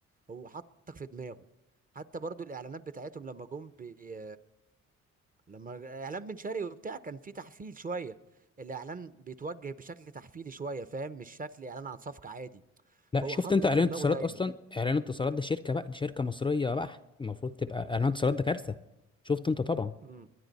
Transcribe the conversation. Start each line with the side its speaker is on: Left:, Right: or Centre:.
Right: هو حطك في دماغه حتى برضو الاعلانات بتاعتهم لما جم بي... لما اعلان بن شرقي وبتاع كان في تحفيل شويه الاعلان بيتوجه بشكل تحفيلي شويه فاهم مش شكل اعلان عن صفقه عادي
Left: لا
Right: فهو
Left: شفت
Right: حطك
Left: انت اعلان
Right: في دماغه
Left: اتصالات
Right: دايما
Left: اصلا اعلان اتصالات ده شركه بقى دي شركه مصريه بقى المفروض تبقى اعلان اتصالات ده كارثه شفت انت طبعا
Right: امم